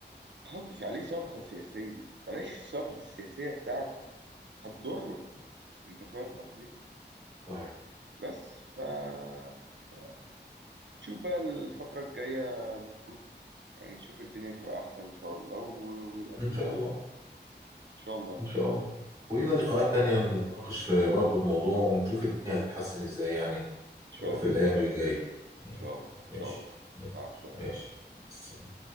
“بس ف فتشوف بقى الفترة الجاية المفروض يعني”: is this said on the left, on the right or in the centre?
Right